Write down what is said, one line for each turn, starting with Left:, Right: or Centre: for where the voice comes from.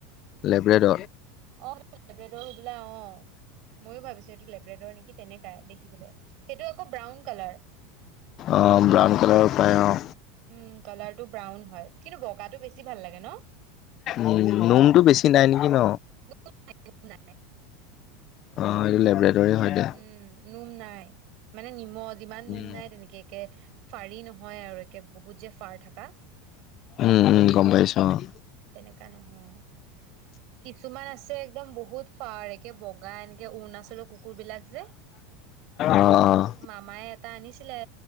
Left: লাইব্ৰেৰ
Right: অ, সিবিলাক লেব্ৰেদৰ শুৱলা অ'। ময়ো ভাবিছো এইটো টেবলেটৰ নেকি তেনেককাাই দেখিবলৈ সেইটো আকৌ ব্ৰাউন কালাৰ
Left: অ, ব্ৰাউন কালাৰ পাই অ'।
Right: উম, কালাৰটো ব্ৰাউন হয়। কিন্তু বগাটো বেছি ভাল লাগে ন।
Left: উ, নোমতটো বেছি নাই নেকি ন।
Right: <inaudible>
Left: অ, এইটো লেবৰেটৰে হয় দে।
Right: উম, নুম নাই। মানে নিমখ যিমান
Left: উম,
Right: নোম নাই তেনেকে একে ফাৰি নহয় আৰু একে বহুত যে ফাৰ থাকা
Left: উম, উম, গম পাইছো অ'।
Right: তেনেকা নহয়। কিছুমান আছে একদম বহুত ফাৰ কে বগা এনেকে অৰুণাচলৰ কুকুৰ বিলাক যে
Left: অ', অ',
Right: মামাই এটা আনিছিলে